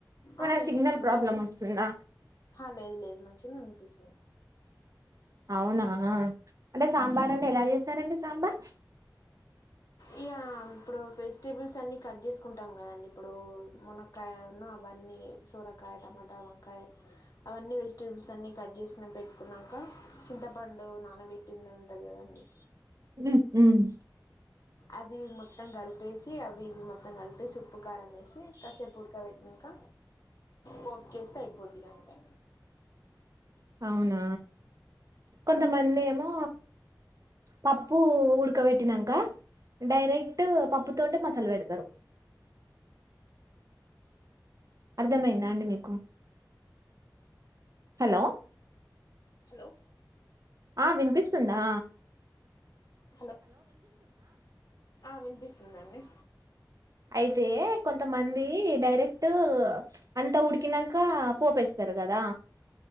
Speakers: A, on the right; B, on the left.
A: ఏమైనా
B: ఆ వినిపిస్తుందండి
A: సిగ్నల్ ప్రాబ్లమ్ వస్తుందా
B: ఆ, లేదు లేదు మంచిగానే వినిపిస్తుంది
A: అవునా అంటే సాంబార్ అంటే ఎలా చేస్తారండి సాంబార్
B: ఇగా ఇప్పుడు వెజిటేబుల్స్ అన్ని కట్ చేసుకుంటాం కదండి ఇప్పుడు మునక్కాయ ను అవన్నీ సోరకాయ టమాటా వంకాయ అవన్నీ వెజ్ వెజిటబుల్స్ అన్నీ కట్ చేసిన పెట్టుకున్నాక చింతపండు నానబెట్టింది ఉంటది కదండీ
A: హ్మ్ మ్మ్
B: అవి మొత్తం కలిపేసి అవి ఇవి మొత్తం కలిపేసి ఉప్పు కారం వేసి కాసేపు ఉడకపెట్టినంక పోపుకేస్తే అయిపోద్ది ఇకఅంతే
A: అవునా కొంతమంది ఏమో పప్పు ఉడకబెట్టినాక డైరెక్ట్ పప్పుతోటె మసాలా పెడతరు. అర్థమయ్యిందా అండి మీకు హలో
B: హలో
A: ఆ వినిపిస్తుందా
B: హలో ఆ వినిపిస్తున్నాండి
A: అయితే కొంతమంది ఈ డెక్ట్ చ్ అ ఉడికిక పోపేస్తారు కదా